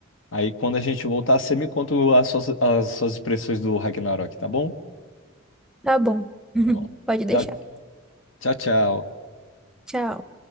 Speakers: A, on the left; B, in the centre.
A: Aí quando a gente voltar, você me conta as suas, as suas expressões do Ragnarok, tá bom?
B: tá bom. <laughs>
A: Tá bom.
B: Pode deixar.
A: Tchau, tchau, tchau.
B: Tchau.